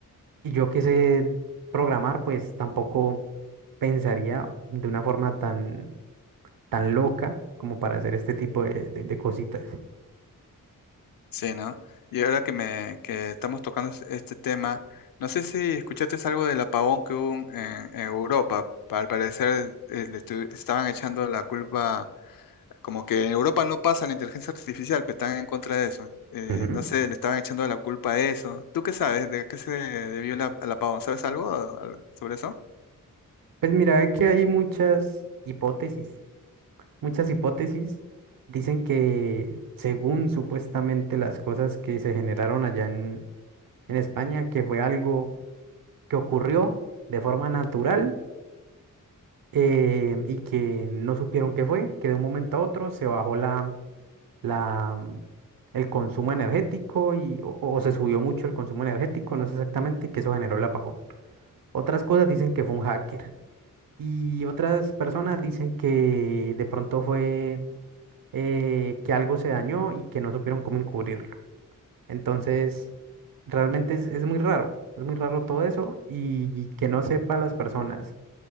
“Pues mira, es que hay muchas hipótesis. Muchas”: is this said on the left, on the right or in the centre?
Right